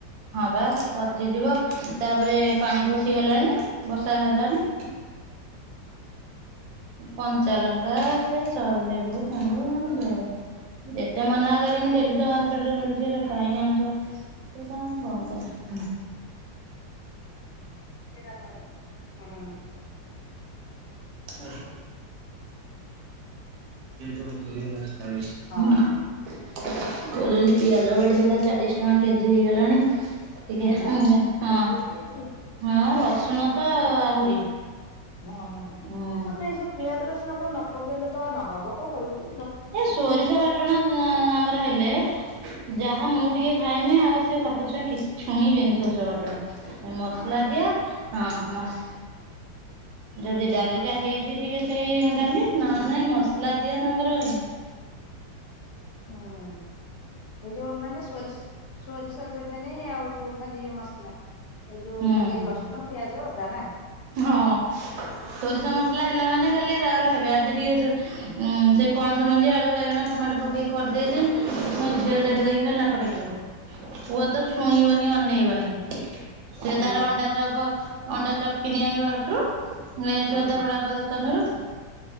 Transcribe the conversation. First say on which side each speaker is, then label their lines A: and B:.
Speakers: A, on the right; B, on the left.
A: ହଁ ପା ସେ ପଚିଯିବ ତାପରେ ପାଣି ପଷିଗଲାଣି ବର୍ଷା ହେଲାଣି। କଞ୍ଚା ଲଙ୍କା ସେ ସବୁ୍ ଲେମ୍ବୁ ଫେମ୍ବୁ ଉଁ ଭେରାଇ ଯେତେ ମନା କରମି ଡେଲି ତ ମାର୍କେଟରେ ମିଳୁଚି
B: ହୁଁ
A: ହେରା
B: ଆଉ
A: କାହିଁକି ଆଣୁଚ। ସେ ତାଙ୍କର ବନ୍ଦ ନାହିଁ ହେଲା।
B: <unintelligible> ହୁଁ।
A: <unintelligible> ଇଏ ଯୋଉ <unintelligible> ହୁଁ। କୋହୁଚନ୍ତି
B: ହଁ
A: ପିଆଜ ବଢିଗଲା ଚାଳିଶ ଟଙ୍କା କେଜି ହେଇଗଲାଣି। ଟିକେ
B: ପିଆଜ?
A: ହଁ <unintelligible> ହଁ
B: ରେଟ୍ ବଢି ଯାଇଛି।
A: ହଁ
B: ଓହୋ
A: ରସୁଣ ତ ଆହୁରି
B: ହଁ ତାପରେ
A: ହୁଁ
B: ଏଇ ଯୋଉ ପିଆଜ ରସୁଣ କଣ ନ ପକେଇଲେ ତ ନହବ କଣ କରିବୁ କହିଲ।
A: ଏ ସୋରିଷ ବାଟଣ ଯା ଆମର ହେଲେ ଯାହା ମୁଁ ଟିକେ ଖାଇମି ଆଉ ସେ ବାପ ଛୁଆ କି ଛୁଇଁବେନି ସୋରଷ ବାଟଣ। ମସଲା
B: ହଁ
A: ଦିଆ ହଁ ମସ୍ ଯଦି ଡାଲିଟା ହେଇଚି ଟିକେ ସେଇ ଉଁ ଡାଲି ନହେନେ ନାଇଁ ମସଲା ଦିଆ ତାଙ୍କର
B: ହୁଁ ଏଇ ଯୋଉ ମାନେ ସୋରିଷ୍ ସୋରିଷ ଦେବେ ନାଇଁ ଆଉ ଯୋଉ ଖାଲି ମସଲା ଏଇ ଯୋଉ
A: ହୁଁ
B: ଖାଲି ରସୁଣ ପିଆଜ ଅଦା ନାଁ।
A: ହଁ ସୋରିଷ ମସଲା ହେଲା ମାନେ ଖାଲି ରାଉ ରାଉ ହେବେ। ଆଜି ଟିକେ ସେ ଉଁ ସେଇ ପଣସ ମଞ୍ଜି, ଆଳୁ, ବାଇଗଣ, ଟମାଟ ପକେଇକି କରିଦେଇଚନ୍ ମୋ ଝିଅ ଦେଖି ଦେଇକି ଖାଲି ନାକ ଟେକିବ। ପୁଅ ତ ଛୁଇଁବନି ଅନେଇବନି ସେ
B: ହୁଁ
A: ତାର ଅଣ୍ଡା ଚପ ଅଣ୍ଡାଚପ୍ କିଣି ଆଣିବ ହାଟରୁ ନେଇ ଆସିବ
B: ହୁଁ
A: ତା ବଡ ବାପା ଦୋକାନରୁ।